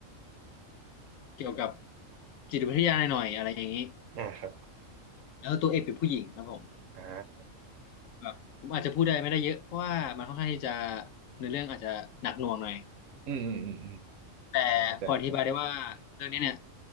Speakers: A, on the left; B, on the right.
A: เกี่ยวกับจิตวิทยาหน่อยๆอะไรอย่างนี้
B: อ่าครับ
A: แล้วตัวเอกเป็นผู้หญิงครับผม
B: อ่า
A: แบบผมอาจจะพูดได้ไม่ได้เยอะเพราะว่ามันค่อนข้างที่จะเนื้อเรื่องอาจจะหนักหน่วงหน่อย
B: อืมอืมอืมอืม
A: แต่พออธิบายได้ว่าเรื่องนี้เนี่ย
B: อ่าผมเข้าใจผมเข้าใจ